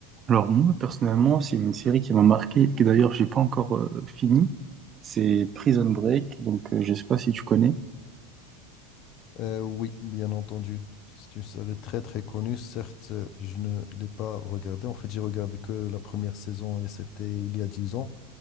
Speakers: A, on the right; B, on the left.
A: Alors moi personnellement, c'est une série qui m'a marqué et que d'ailleurs j'ai pas encore euh, fini. C'est Prison Break, donc euh, je sais pas si tu connais.
B: Euh, oui, bien entendu. C'est une série très très connue. Certes, euh, je ne l'ai pas regardée. En fait, j'ai regardé que la première saison et c'était il y a dix ans.